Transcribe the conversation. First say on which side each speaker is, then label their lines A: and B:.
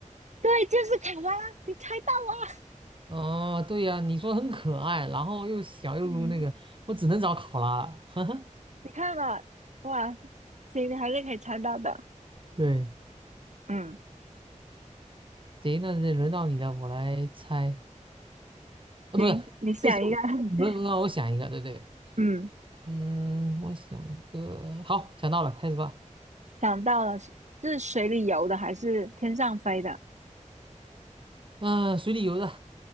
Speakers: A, on the right; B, on the right.
A: 对，就是卡拉，你猜到了。
B: 啊，对呀，你说很可爱，然后又小又那个，
A: <laughs> 嗯
B: 我只能找考拉了。<laughs> 呵呵，
A: 你看了，哇，行，你还是可以猜到的。
B: 对，
A: 嗯，
B: 行，那就轮到你了，我来猜。啊，
A: 行，
B: 不是，
A: 你想一个，
B: 这是我轮轮到我想一个，
A: <laughs>
B: 对对，
A: 嗯，
B: 嗯，我想一个，好，想到了，开始吧。
A: 想到了，是是水里游的还是天上飞的？
B: 嗯、水里游的